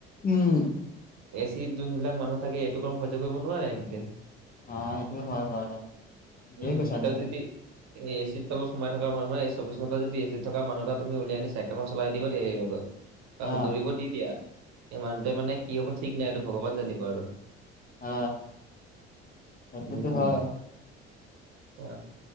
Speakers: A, on the left (about 25°); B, on the right (about 55°).
A: উম।
B: এ চিত যোনবিলাক মানুহ থাকে এইটো কম সহ্য কৰিব নোৱাৰে সেহঁতে।
A: অ সেইটোৱে হয় বাৰু দে ঠিকেই
B: উম,
A: কৈছা
B: সিহঁতক
A: তুমি।
B: যদি এই এ চিৰ তলত সোমাই থকা মানুহে চৌবিশ ঘণ্টা যদি এ চিত থকা মানুহ তুমি উলিয়াই আনি চাইকেলখন চলাই দিব দিয় এই ৰ'দত
A: অ
B: বা দৌৰিব দি দিয়া এই মানুহটোৱে মানে কি হ'ব ঠিক নাই এইটো ভগৱান জানিব আৰু।
A: অ সেইটোতো
B: উম।
A: হয়।
B: অ